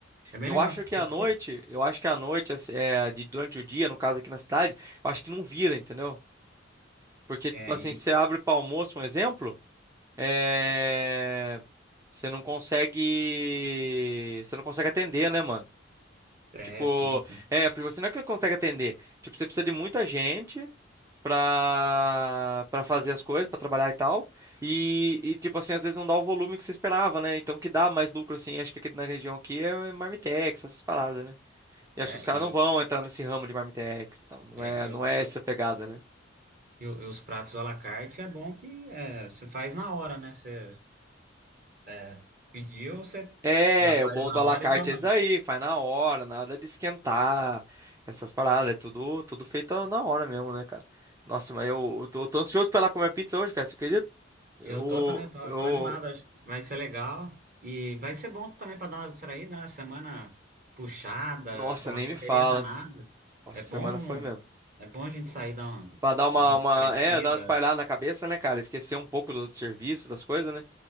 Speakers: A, on the right; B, on the right.
A: é bem
B: Eu
A: legal.
B: acho que
A: Eu
B: à noite,
A: achei-
B: eu acho que à noite, assim, é, de, durante o dia, no caso aqui na cidade, eu acho que não vira, entendeu? Porque,
A: é,
B: tipo assim,
A: e,
B: você abre para almoço, um exemplo, é, você não consegue, você não consegue atender, né, mano?
A: é,
B: Tipo,
A: sim, sim.
B: é, porque você não é que consegue atender. Tipo, você precisa de muita gente. pra, pra fazer as coisas, pra trabalhar e tal. E, e, tipo assim, às vezes não dá o volume que você esperava, né? Então, o que dá mais lucro, assim, acho que aqui na região aqui é Marmitex, essas paradas, né? E
A: É,
B: acho que os caras
A: e,
B: não vão entrar nesse ramo de Marmitex e tal. Não
A: é,
B: é,
A: e,
B: não
A: o-
B: é essa pegada, né?
A: e o- e os pratos à la carte é bom que é, você faz na hora, né? Você é, pediu, você
B: É,
A: já faz
B: o bom
A: na
B: do à la
A: hora
B: carte
A: e já
B: é isso aí, faz na hora, nada de esquentar, essas paradas, é tudo, tudo feito na hora mesmo, né, cara? Nossa, mas eu, eu tô, eu tô ansioso pra ir lá comer pizza hoje, cara, você acredita? Eu,
A: Eu tô também, tô,
B: eu,
A: tô animado, acho que vai ser legal e vai ser bom também para dar uma distraída, né? Semana puxada,
B: nossa,
A: com uma
B: nem
A: correria
B: me fala.
A: danada.
B: Nossa,
A: É bom,
B: semana foi
A: não-
B: mesmo.
A: é bom a gente sair dar uma,
B: Pra dar uma,
A: dar uma
B: uma,
A: parecida.
B: é, dar uma espalhada na cabeça, né, cara? Esquecer um pouco do serviço, das coisas, né?